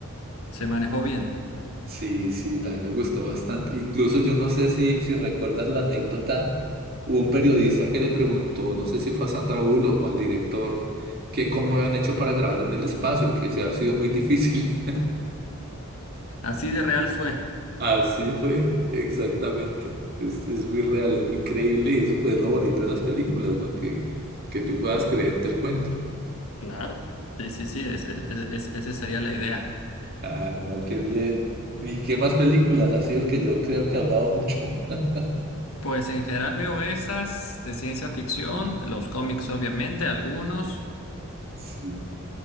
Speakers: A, on the left; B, on the right.
A: Se manejó bien.
B: Sí, sí, también me gustó bastante. Incluso yo no sé si, si recuerdas la anécdota, hubo un periodista que le preguntó, no sé si fue a Sandra Bullock o al director, que cómo habían hecho para grabar en el espacio, que se ha sido muy difícil.
A: Así de real fue.
B: Así fue, exactamente. Es, es muy real, es muy creíble y eso pues es lo bonito de las películas, ¿no? Que, que tú puedas creerte el cuento.
A: Claro. Sí, sí, sí, es- es- es- es- esa sería la idea.
B: Ah, no, qué bien. ¿Y qué más películas? Así porque yo creo que he hablado mucho. <laughs>
A: Pues en general veo esas de ciencia ficción, los cómics obviamente, algunos.
B: Sí.